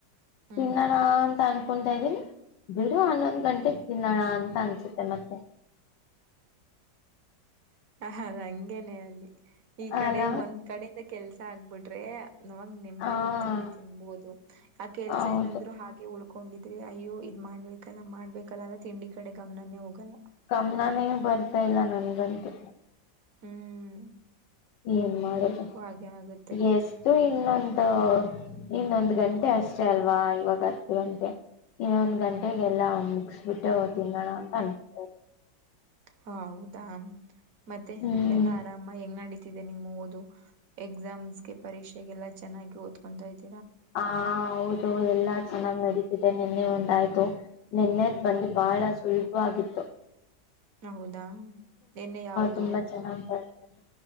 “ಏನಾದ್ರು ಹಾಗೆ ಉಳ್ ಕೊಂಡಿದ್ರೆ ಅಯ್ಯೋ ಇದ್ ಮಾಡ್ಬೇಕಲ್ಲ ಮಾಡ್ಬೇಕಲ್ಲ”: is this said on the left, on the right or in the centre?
Right